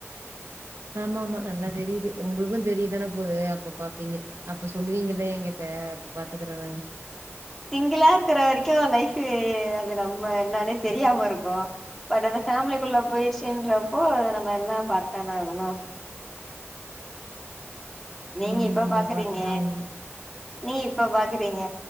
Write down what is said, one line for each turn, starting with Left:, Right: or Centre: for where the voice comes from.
Right: ஆமாம்மா நல்லா தெரியுது உங்களுக்கு தெரியுதானே போது அப்ப பாப்பீங்க அப்ப சொல்லுவீங்களே எங்கிட்ட அப்ப பாத்துக்குற நானு
Centre: சிங்கிளா இருக்கற வரைக்கு லைஃப்பு அது நம்ம என்னன்னே தெரியாம இருக்கு பட் அந்த ஃபேம்லிக்குள்ள போயிச்சுன்றப்போ அத நம்ம எல்லா பாத்தான ஆகணு நீங்க
Right: ஆமாமா
Centre: இப்ப பாக்குறீங்க
Right: பாத்துதான் ஆகணும்.
Centre: நீ இப்ப பாக்குறீங்க